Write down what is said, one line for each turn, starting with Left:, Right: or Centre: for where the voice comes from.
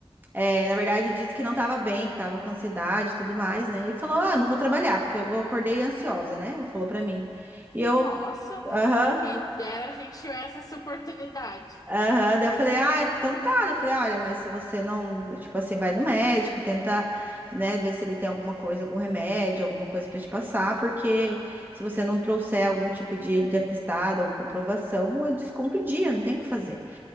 Right: É, na verdade, disse que não estava bem, que estava com ansiedade e tudo mais, né? E falou: Ah, não vou trabalhar, porque eu acordei ansiosa, né? Falou pra mim. E eu,
Left: Nossa,
Right: aham,
Left: quem dera a gente tivesse essa oportunidade.
Right: aham. Daí eu falei: Ah, então tá. Eu falei: Olha, mas se você não, tipo assim, vai no médico, tenta, né, ver se ele tem alguma coisa, algum remédio, alguma coisa pra te passar, porque se você não trouxer algum tipo de, de atestado ou comprovação, é desconto o dia, não tem o que fazer.